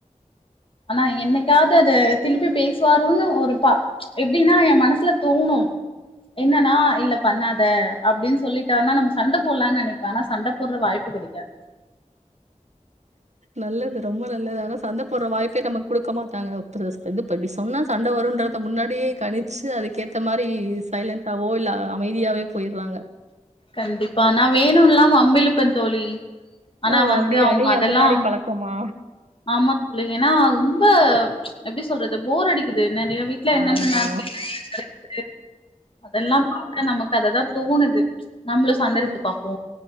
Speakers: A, on the left; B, on the right.
A: ஆனா என்னைக்காது அது திலுப்பி பேசுவாரோன்னு ஒரு பா எப்டின்னா எ மனசுல தோணு என்னன்னா இல்ல பண்ணாத அப்டின் சொல்லிட்டார்ன்னா நம் சண்ட போட்லான் நெனைப்பே ஆனா சண்ட போட்ற வாய்ப்பு கெடைக்காது
B: நல்லது ரொம்ப நல்லது ஆனா சந்த போற வாய்ப்பே நம்ம குடுக்க மாட்டாங்க <unintelligible> இது படி சொன்னா சண்ட வருன்றத முன்னாடியே கணிச்சு அதுக்கேத்த மாரி சைலண்டாவோ இல்ல அமைதியாவே போயிர்றாங்க.
A: கண்டிப்பா நா வேணுன்ல்லா வ ம்பிழுப்ப தோழி ஆனா
B: ஓ
A: வந்து
B: அப்டியா
A: அவங்க
B: நீங்க
A: அதெல்லா
B: அந்த மாரி பழக்கமா
A: ஆமா தோழி என்னா ரொம்ப எப்டி சொல்றது போர் அடிக்கி து நெறைய வீட்ல என்னென்ன
B: ஆமா.
A: நாள் <inaudible> அதெல்லாம் பாத்தா நமக் கத தா தோணுது நம்மளு சண்டெழுத்து
B: ம்.
A: பாப்போ